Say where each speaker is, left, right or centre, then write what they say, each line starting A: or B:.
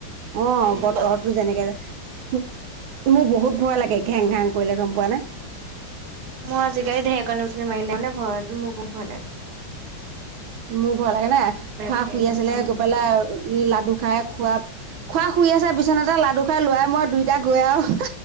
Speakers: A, on the right (about 80°); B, on the right (about 60°).
A: অ'
B: উম
A: বতৰটো যেনেকে। মোৰ বহুত ভয় লাগে ঘেং ঘাং কৰিলে গম পোৱা নে।
B: মই আজিকালি ঢেৰেকণি বিজুলী মাৰিলে মানে মোৰ ঘৰত বহুত ভয় লগে।
A: মোৰ ভয় লাগিলে খুৰা
B: ধেৰ
A: শুই
B: বিজুলী
A: আছিলে
B: মাৰিলে
A: গৈ পেলাই লাডু খাই খোৱা। খুৰা শুই আছ বিচনাতে লাডু খাই ল'ৰাই মই দুইটা গৈ আৰু